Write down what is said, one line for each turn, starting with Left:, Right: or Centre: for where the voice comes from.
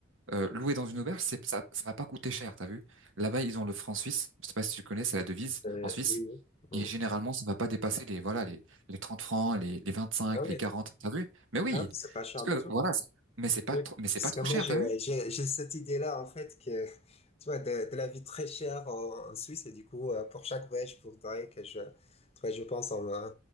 Right: euh, louer dans une auberge, c'est ça, ça va pas coûter cher, t'as vu. Là-bas, ils ont le franc suisse. Je sais pas si tu connais, c'est la devise
Left: Euh,
Right: en Suisse.
Left: oui, oui, oui.
Right: Et généralement, ça va pas dépasser les voilà les les 30 francs, les les cinq
Left: Ah oui,
Right: les 40. t'as vu? Mais oui,
Left: ah oui, c'est pas cher
Right: parce
Left: du tout.
Right: que voilà. c'est- Mais c'est pas
Left: Oui.
Right: trop, mais c'est
Left: Parce
Right: pas trop
Left: que moi,
Right: cher,
Left: j'ai,
Right: t'as vu?
Left: j'ai, j'ai cette idée-là, en fait, que, tu vois, de, de la vie très chère en, en Suisse, et du coup, euh, pour chaque voyage, il faudrait que je, tu vois, je pense en, euh,